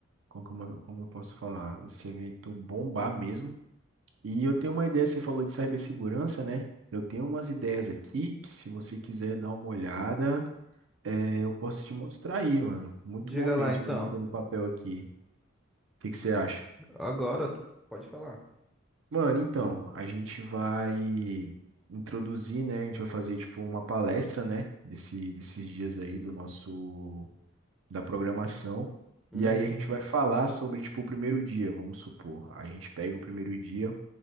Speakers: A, on the right; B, in the centre.
A: como, que eu- como eu posso falar, esse evento bombar mesmo. E eu tenho uma ideia, você falou de cibersegurança, né? Eu tenho umas ideias aqui que se você quiser dar uma olhada, eh, eu posso te mostrar aí, mano. Muito
B: Diga
A: bom mesmo
B: lá então.
A: que eu botei no papel aqui. O que que você acha?
B: Agora, tu pode falar.
A: Mano, então, a gente vai introduzir, né? A gente vai fazer tipo uma palestra, né? Desse, desses dias aí do nosso da programação.
B: Uhum.
A: E aí a gente vai falar sobre, tipo, o primeiro dia, vamos supor. A gente pega o primeiro dia